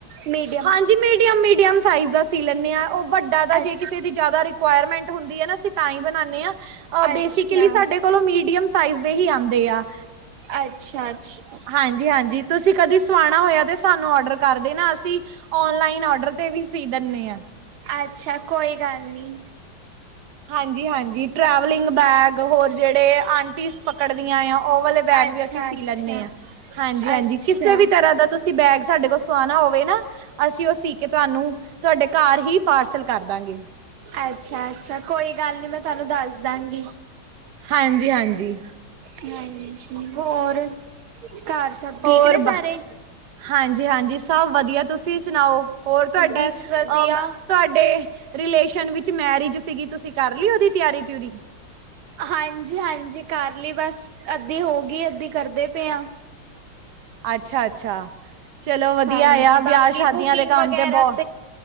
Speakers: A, on the right (about 80°); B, on the right (about 60°).
A: ਮੀਡੀਅਮ
B: ਹਾਂਜੀ ਮੀਡੀਅਮ ਮੀਡੀਅਮ ਸਾਈਜ਼ ਦਾ। ਸੀ ਲੈਂਦੇ ਹਾਂ ਉਹ ਵੱਡਾ ਦਾ
A: ਅੱਛ
B: ਜੇ ਕਿਸੇ ਦੀ ਜਿਆਦਾ ਰਿਕੁਆਇਰਮੈਂਟ ਹੁੰਦੀ ਆ ਨਾ ਅਸੀਂ ਤਾਂਹੀ ਬਣਾਣੇ ਹਾਂ। ਆ
A: ਅੱਛਾ,
B: ਬੇਸਿਕਲੀ ਸਾਡੇ ਕੋਲੋਂ ਮੀਡੀਅਮ ਸਾਈਜ਼ ਦੇ ਹੀ ਆਂਦੇ ਆ।
A: ਅੱਛਾ, ਅੱਛਾ।
B: ਹਾਂਜੀ, ਹਾਂਜੀ ਤੁਸੀਂ ਕਦੀ ਸੁਆਣਾ ਹੋਇਆ ਤੇ ਸਾਨੂੰ ਡਰ ਕਰਦੇ ਨਾ ਅਸੀਂ ਓਨਲਾਈਨ ਡਰ ਤੇ ਵੀ ਸੀ ਦਿੰਦੇ ਹ
A: ਅੱਛਾ ਕੋਈ ਗੱਲ ਨੀ
B: ਹਾਂਜੀ, ਹਾਂਜੀ। ਟਰੈਵਲਿੰਗ ਬੈਗ ਹੋਰ ਜਿਹੜੇ ਆਂਟੀਸ ਪਕੜਦੀਆਂ ਆ ਉਹ ਵਾਲੇ। ਬੈਗ
A: ਅੱਛਾ,
B: ਵੀ ਅਸੀਂ ਸੀ
A: ਅੱਛਾ,
B: ਲੈਂਦੇ ਹਾਂ ਹਾਂਜੀ, ਹਾਂਜੀ
A: ਅੱਛਾ,
B: ਕਿਸੇ ਵੀ ਤਰ੍ਹਾਂ ਦਾ ਤੁਸੀਂ ਬੈਗ ਸਾਡੇ ਕੋਲ ਸਵਾਣਾ ਹੋਵੇ ਨਾ। ਅਸੀਂ ਉਹ ਸੀ ਕੇ ਤੁਹਾਨੂੰ ਤੁਹਾਡੇ ਘਰ ਹੀ ਪਾਰਸਲ ਕਰ ਦਾਂਗੇ।
A: ਅੱਛਾ, ਅੱਛਾ ਕੋਈ ਗੱਲ ਨੀ। ਮੈਂ ਤੁਹਾਨੂੰ ਦੱਸ ਦਾਂਗੀ।
B: ਹਾਂਜੀ, ਹਾਂਜੀ।
A: ਹਾਂ। ਹੋਰ। ਘਰ ਸਭ ਠੀਕ
B: ਹੋਰ
A: ਨੇ ਸਾਰੇ?
B: ਹਾਂਜੀ, ਹਾਂਜੀ ਸਭ ਵਧੀਆ। ਤੁਸੀਂ ਸੁਣਾਓ। ਹੋਰ ਤੁਹਾਡੀ
A: ਬਸ ਵਧੀਆ।
B: ਆਰ ਤੁਹਾਡੇ ਰਲੇਸ਼ਨ ਵਿੱਚ ਮੈਰਿਜ ਸੀਗੀ ਤੁਸੀਂ ਕਰ ਲੀ ਉਹਦੀ ਤਿਆਰੀ ਤਯੁਰੀ
A: ਹਾਂਜੀ, ਹਾਂਜੀ ਕਰ ਲਈ ਬਸ ਅੱਧੀ ਹੋ ਗਈ ਅੱਧੀ ਕਰਦੇ ਪਏ ਹ।
B: ਅੱਛਾ, ਅੱਛਾ ਚਲੋ ਵਧੀਆ
A: ਹਾਂਜੀ,
B: ਆ ਵਿਆਹ
A: ਬਾਕੀ
B: ਸ਼ਾਦੀਆਂ
A: ਬੁਕਿੰਗ
B: ਦੇ ਕੰਮ
A: ਵਗੈਰਾ
B: ਤੇ ਬਹੁਤ